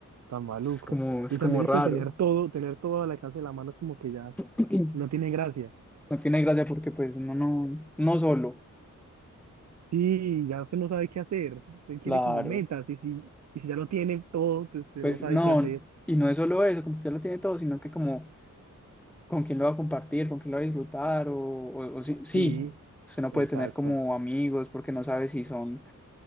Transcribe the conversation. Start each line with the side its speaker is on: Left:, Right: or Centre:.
Right: Tan maluco.
Centre: Es como, es
Right: Y también
Centre: como raro.
Right: es que tener todo, tener todo al alcance de la mano es como que ya
Centre: <clears throat>
Right: no tiene gracia.
Centre: No tiene gracia porque pues uno no, no solo,
Right: Sí, ya usted no sabe qué hacer. Usted quiere
Centre: claro.
Right: como metas y si, y si ya lo tiene todo, pues usted
Centre: Pues
Right: no sabe
Centre: no,
Right: qué hacer.
Centre: y no es solo eso, como que ya lo tiene todo, sino que como con quién lo va a compartir, con quién lo va a disfrutar, o, o, o sí, sí,
Right: Sí,
Centre: usted no
Right: exacto.
Centre: puede tener como amigos porque no sabe si son